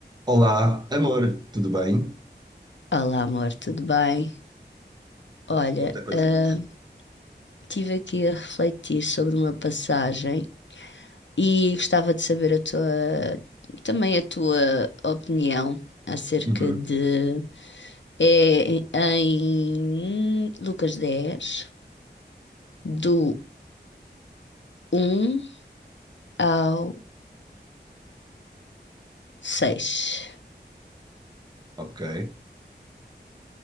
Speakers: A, on the right; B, on the left.
A: Olá, amor, tudo bem?
B: Olá, amor, tudo bem? Olha,
A: Outra coisinhas.
B: ah, estive aqui a refletir sobre uma passagem e gostava de saber a tua, também a tua opinião acerca
A: Uhum.
B: de. É em Lucas 10 do um ao seis.
A: Ok.